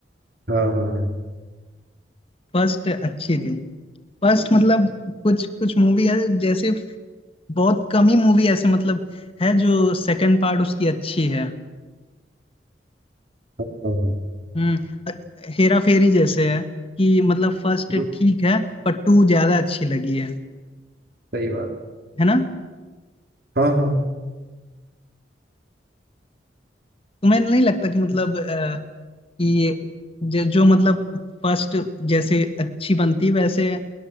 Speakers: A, on the right (about 60°); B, on the left (about 35°).
A: हाँ हाँ हाँ
B: फर्स्ट अच्छी थी फर्स्ट मतलब कुछ कुछ मूवी है जैसे बहुत कम ही मूवी ऐसे मतलब है जो सेकंड पार्ट उसकी अच्छी है
A: हाँ हाँ,
B: हम्म अ- हेरा फेरी जैसे है कि मतलब फर्स्ट
A: हम्म,
B: ठीक है पर टू ज्यादा अच्छी लगी है
A: सही बात
B: है ना
A: हाँ हाँ
B: तुम्हें नहीं लगता कि मतलब अ, कि ये जो, जो मतलब फर्स्ट जैसे अच्छी बनती वैसे